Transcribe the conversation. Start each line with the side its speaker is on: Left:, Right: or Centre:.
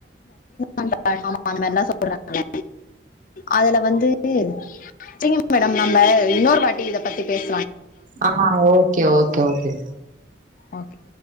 Left: அந்த மாரிலா சொல்றாங்கல அதுல வந்து ந்து செரிங்க மேடம் நம்ப இன்னொரு வாட்டி இத பத்தி பேச
Right: ஆஹ் ஓகே ஓகே ஓகே
Left: ஓகே